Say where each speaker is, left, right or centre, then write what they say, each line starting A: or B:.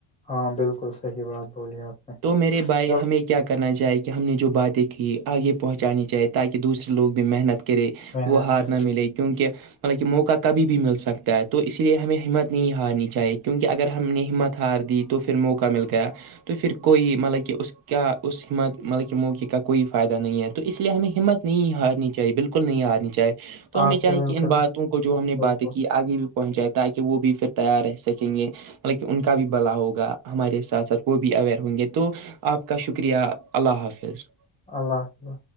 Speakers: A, on the left; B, on the right.
A: ہاں بالکل صحیح بات بولیے آپ نے
B: تو میرے بھائی
A: چل
B: ہمیں کیا کر کرنا چاہے کہ ہم نے جو باتیں کی آگے پہنچانی چاہے تاکہ دوسرے لوگ بھی محنت کر کرے
A: محنت
B: وہ ہارن
A: کرے
B: ملے کیونکہ مطلب کہ موقع کبھی بھی مل سکتا ہے تو اسی لیے ہمیں ہمت نہیں ہارنی چاہیے کیونکہ اگر ہم نے ہمت ہار دی تو پھر موقع مل گیا تو پھر کوئی مطلب کہ اس کے کیا اس ہمت مطلب کہ موقع کا کوئی فائدہ نہیں ہے تو اس لیے ہمیں ہمت نہیں ہارنی تھی چاہ بالکل نہیں ہارنی چاہے تو ہمیں
A: آپ
B: چاہے
A: سے مل
B: کہ ان
A: کر
B: باتوں کو جو ہم نے
A: بالکل
B: باتیں کی آگے پہنچ جائے تاکہ وہ بھی پھر تیار رہ سکیں گے مطلب کہ ان کا بھی بلا ہوگا ہمارے ساتھ ساتھ وہ بھی اوئر ہوں گے تو آپ کا شکریہ اللہ حافظ
A: اللہ حفلہ